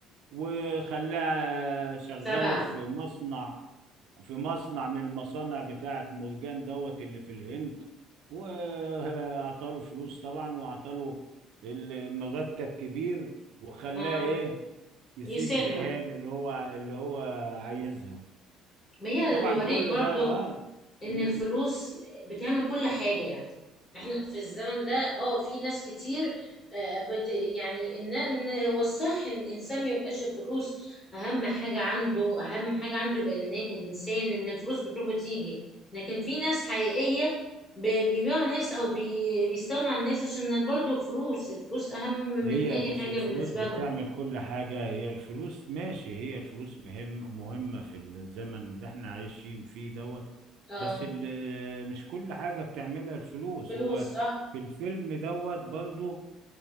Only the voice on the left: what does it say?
سبعه
اه
يسيبها
ما هي
بيوريك
برضو
ان
الفلوس بتعمل كل حاجة يعني احنا في الزمن ده اه في ناس كتير آه، بت يعني ان إن هو الصح ان الانسان ما يبقاش الفلوس اهم حاجة عنده اهم حاجة عنده يبقى إن- الانسان ان الفلوس بتروح وتيجي لكن في ناس حقيقية بي- بيبيعوا ناس او بي- بيستغنوا عن الناس عشان برضو الفلوس الفلوس اهم من
اي
حاجة
بالنسبة
لهم
اه
فلوس
صح